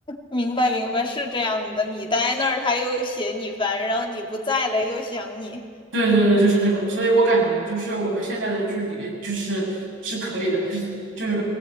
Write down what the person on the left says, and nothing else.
明白明白，是这样的。你待那儿，他又嫌你烦，然后你不在了又想你，